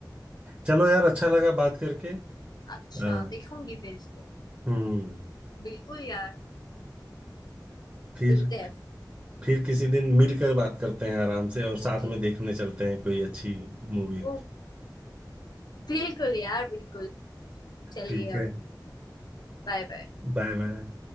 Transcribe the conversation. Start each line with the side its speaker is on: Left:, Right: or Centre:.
Right: चलो यार अच्छा लगा बात करके
Left: अच्छा
Right: हाँ
Left: देखूंगी फिर इसको
Right: हम्म
Left: बिल्कुल यार
Right: फिर
Left: मिलते हैं फिर
Right: फिर किसी दिन मिलकर बात करते हैं आराम से और साथ
Left: ओके
Right: में देखने चलते हैं कोई अच्छी मूवी
Left: ओ बिल्कुल यार बिल्कुल चलिए
Right: ठीक है
Left: अब Bye bye
Right: Bye bye